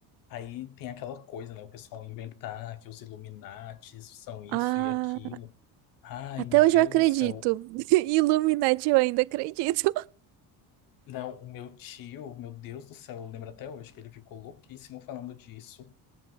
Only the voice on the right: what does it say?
Ah,
até
hoje eu acredito.
<laughs> Illuminati eu ainda acredito.